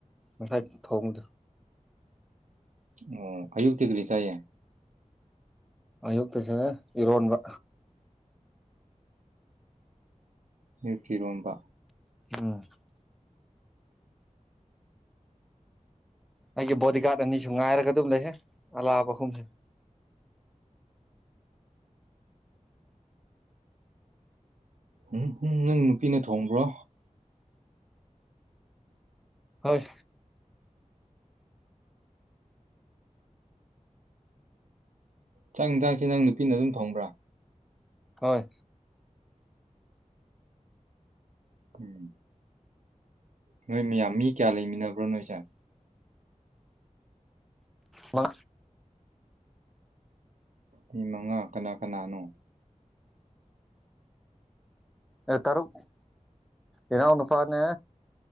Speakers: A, in the centre; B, on the right.
A: ꯉꯁꯥꯏ ꯊꯣꯡꯕꯗꯣ
B: ꯑꯣ ꯑꯌꯨꯛꯇꯒꯤꯗꯤ ꯆꯥꯏꯌꯦ
A: ꯑꯌꯨꯛꯀꯤꯁꯦ ꯏꯔꯣꯟꯕ
B: ꯅꯨꯇꯤ ꯏꯔꯣꯝꯕ
A: ꯎꯝ ꯑꯩꯒꯤ ꯕꯣꯗꯤꯒꯥꯔꯗ ꯑꯅꯤꯁꯨ ꯉꯥꯏꯔꯒ ꯑꯗꯨꯝ ꯂꯩꯍꯦ ꯅꯂꯥ ꯃꯈꯣꯡꯁꯦ
B: ꯎꯝ ꯎꯝ ꯅꯪ ꯅꯨꯄꯤꯅ ꯊꯣꯡꯕ꯭ꯔꯣ
A: ꯍꯣꯏ
B: ꯆꯥꯛ ꯏꯟꯁꯥꯡꯁꯤ ꯅꯪ ꯅꯨꯄꯤꯅ ꯑꯗꯨꯝ ꯊꯣꯡꯕ꯭ꯔꯥ
A: ꯍꯣꯏ
B: ꯎꯝ ꯅꯣꯏ ꯃꯌꯥꯝ ꯃꯤ ꯀꯌꯥ ꯂꯩꯃꯤꯟꯅꯕ꯭ꯔꯣ ꯅꯣꯏꯁꯦ
A: ꯋꯥ
B: ꯃꯤ ꯃꯉꯥ ꯀꯅꯥ ꯀꯅꯥꯅꯣ
A: ꯑꯦ ꯇꯔꯨꯛ ꯏꯅꯥꯎ ꯅꯨꯄꯥꯅꯦ